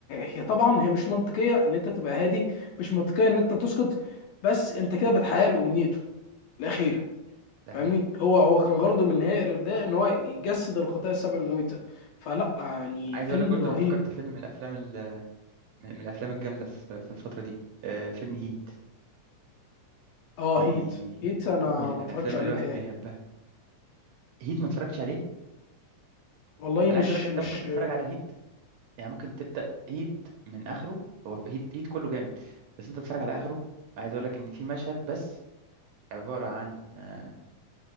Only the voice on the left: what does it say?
هي طبعا هي مش منطقيه ان انت تبقى هادي مش منطقيه ان انت تسكت بس انت كده بتحقق له امنيته الاخيره
فاهمني
هو هو كان غرضه من النهايه الى البدايه ان هو يجسد الخطايا السبع المميته فلا يعني
فيلم
رهيب
اه
هيت هيت انا
ما اتفرجتش عليه
بتهيألي
والله
مش
مش